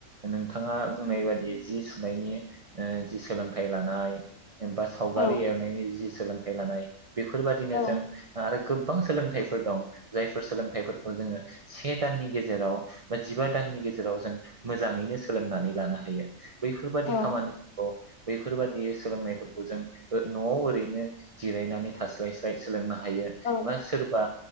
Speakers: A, on the right; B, on the left.
A: नोंथाङा बुंनाय बादि जि सुनायनि जि सोलोंथाइ लानाय होमबा सावगारि
B: औ
A: एरनायनि जि सोलोंथाइ लानाय बिफोरबादिनो
B: औ
A: जों आरो गोब बां सोलोंथाइफोर दं। जायफोर सोलोंथाइफोरखौ जोंङो से दाननि गेजेराव बा जिबा दाननि गेजेराव जों मोजाङैनो सोलोंनानै लानो हायो। बैफोर बादि
B: औ
A: खामानिफोरखौ बै बैफोर बादि सोलोंनायफोरखौ जों ओ न'आव ओरैनो जिरायनानै थास्लाय स्लाय सोलोंनो हायो
B: औ
A: बा सोरबा